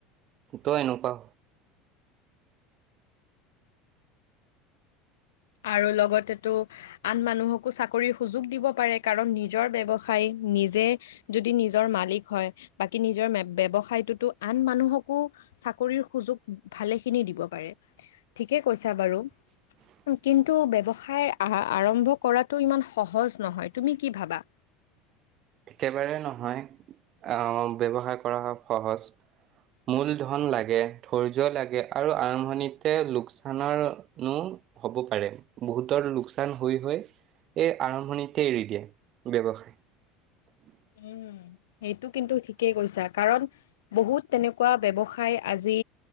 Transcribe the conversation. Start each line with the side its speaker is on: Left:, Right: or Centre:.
Right: তই এনেকুৱা।
Left: আৰু লগতেতো আন মানুহকো চাকৰিৰ সুযোগ দিব পাৰে কাৰণ নিজৰ ব্য্ৱসায়। নিজে যদি নিজৰ মালিক হয় বাকী নিজৰ ব্যৱসায়টোতো আন মানুহকো। চাকৰিৰ সুযোগ ভালে খিনি দিব পাৰে ঠিকে কৈছা বাৰু।
Right: উ <unintelligible>
Left: কিন্তু ব্যৱসায় আৰম্ভ কৰাটো ইমান সহজ নহয়।
Right: একেবাৰে নহয় আহ ব্যৱসায় কৰা হ সহজ। মূল ধন লাগে ধৈৰ্য লাগে আৰু আৰম্ভণিতে লোকচানৰনো। হ'ব পাৰে বহুতৰ লোকচান হৈ হৈ। এই আৰম্ভণিতে এৰি দিয়ে ব্যৱসায়। অ
Left: উম সেইটো কিন্তু ঠিকেই কৈছা কাৰণ বহুত তেনেকুৱা ব্যৱসায় আজি।